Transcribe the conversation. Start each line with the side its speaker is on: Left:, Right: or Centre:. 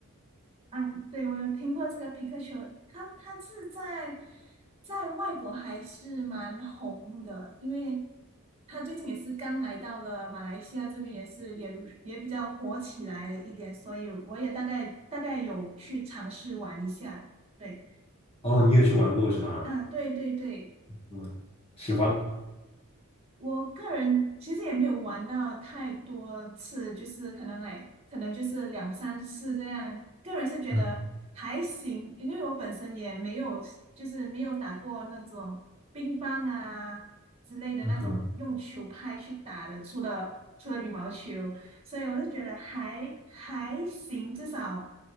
Right: 哎，对，我有听过这个皮克球，他他是在在外国还是蛮红的，因为他最近也是刚来到了马来西亚这边，也是也也比较火起来了一点，所以我也大概大概有去尝试玩一下。对，
Left: 哦，你有去玩过是吧？
Right: 啊，对对对。
Left: 嗯，喜欢
Right: 我个人其实也没有玩到太多次，就是可能哎，可能就是两三次这样。个人是觉得还行，
Left: 嗯
Right: 因为我本身也没有，就是没有打过那种乒乓啊之类的那种用球拍去打的，
Left: <laughs> 嗯哼
Right: 除了除了羽毛球，所以我是觉得还还行，至少